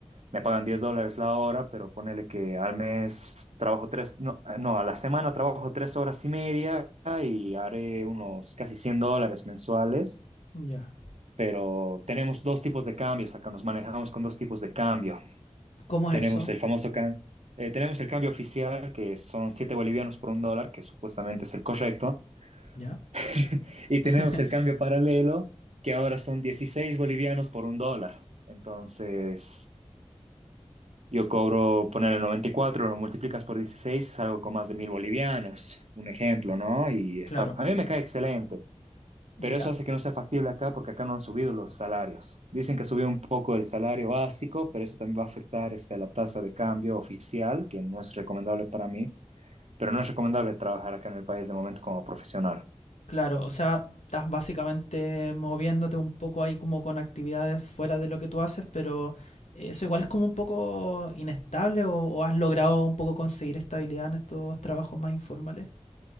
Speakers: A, on the right (about 70°); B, on the left (about 80°).
A: Me pagan 10 dólares la hora, pero ponele que al mes trabajo tres, no, ah, no, a la semana trabajo tres horas y media y haré unos casi 100 dólares mensuales.
B: Ya.
A: Pero tenemos dos tipos de cambios, acá nos manejamos con dos tipos de cambio.
B: ¿Cómo
A: Tenemos
B: es eso?
A: el famoso can- eh, tenemos el cambio oficial, que son 7 bolivianos por un dólar, que supuestamente es el correcto.
B: Ya.
A: <laughs> Y
B: <laughs>
A: tenemos el cambio paralelo, que ahora son 16 bolivianos por un dólar. Entonces, yo cobro, ponerle 94 lo multiplicas por 16 es algo con más de mil bolivianos, un ejemplo, ¿no? Y está,
B: Claro.
A: a mí me cae excelente. Pero
B: Ya.
A: eso hace que no sea factible acá porque acá no han subido los salarios. Dicen que subió un poco el salario básico, pero eso también va a afectar este, la tasa de cambio oficial, que no es recomendable para mí, pero no es recomendable trabajar acá en el país de momento como profesional.
B: Claro, o sea, estás básicamente moviéndote un poco ahí como con actividades fuera de lo que tú haces, pero eso igual es como un poco inestable o, o has logrado un poco conseguir estabilidad en estos trabajos más informales.